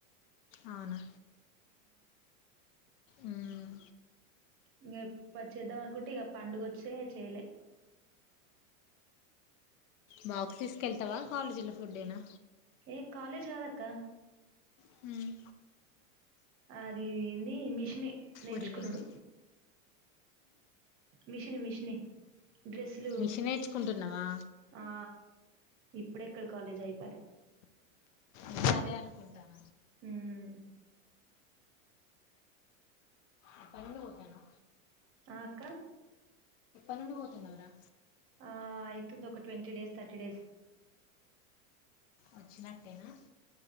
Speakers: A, on the left; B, on the right.
A: అవునా మ్మ్.
B: ఇంక ప చేద్దాం అనుకుంటే ఇక పండుగ వచ్చే చేయలే
A: బాక్స్ తీసుకెళ్తావా కాలేజీలో ఫుడ్ేనా
B: ఏ కాలేజ్ కాదక్క
A: హు మ్
B: అది ఏంది మిషనే నేర్చుకున్డు
A: ఉరివిండి
B: మిషని మిషన్ న్నే డ్రెస్లు
A: మిషన్ నేర్చుకుంటున్నావా
B: ఆ ఇప్పుడెక్కడ కాలేజ్ అయిపోయా
A: నేను అదే అనుకుంటాన
B: మ్మ్
A: ఎప్పటి నుండి పోతాను
B: ఆ అక్క
A: పండి పోతున్నావురా
B: ఆ అయితుంది ఒక ట్వంటీ డేస్ థర్టీ డేస్
A: వచ్చినట్టేనా